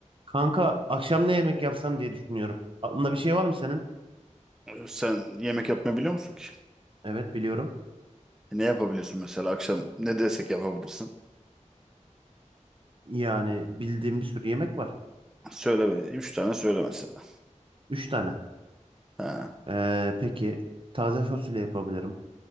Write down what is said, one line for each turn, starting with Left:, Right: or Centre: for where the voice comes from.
Right: Kanka akşam ne yemek yapsam diye düşünüyorum. Aklında bir şey var mı senin?
Centre: Sen yemek yapmayı biliyor musun ki?
Right: Evet biliyorum.
Centre: E, Ne yapabiliyorsun mesela akşam ne desek yapabilirsin?
Right: Yani bildiğim bir sürü yemek var.
Centre: Söyle be. Üç tane söyle mesela.
Right: Üç tane.
Centre: Ha,
Right: Ee, peki taze fasulye yapabilirim.